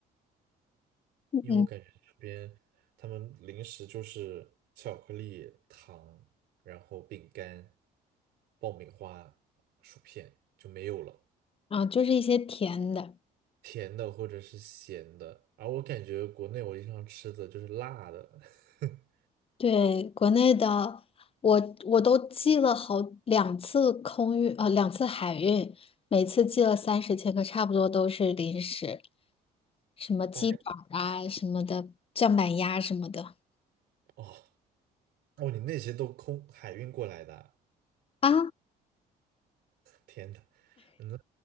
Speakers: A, on the left; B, on the right.
A: 嗯，
B: 因为我感觉这边他们零食就是巧克力、
A: 嗯
B: 糖，然后饼干、爆米花、薯片就没有了，
A: 啊，就是一些甜的。
B: 甜的或者是咸的。而我感觉国内我经常吃的就是辣的。<laughs>
A: 对，国内的，我我都寄了好两次空运，呃，两次海运，每次寄了三十千克，差不多都是零食，什么鸡爪啊什么的，
B: 大概。
A: 酱板鸭什么的。
B: 哦哦，你那些都空海运过来的啊
A: 啊，
B: 天呐，那